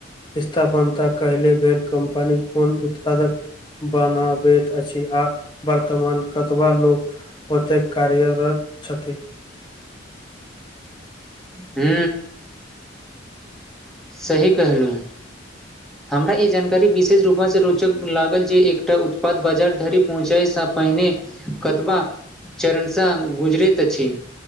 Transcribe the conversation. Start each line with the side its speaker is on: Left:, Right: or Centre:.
Left: स्थापनता कले भेल कम्पनीक कोन उत्पादक बनाबैत अछि आ वर्तमान कतबा लोग ओते कार्यरत छथि
Centre: हू सही कहलो हमरा ई जानकारी विशेष रूपससँ रोचक लागल जे एकटा उत्पाद बाजार धरि पहुँचैसँ पहिने। कतबा चरणसँ गुजरैत अछि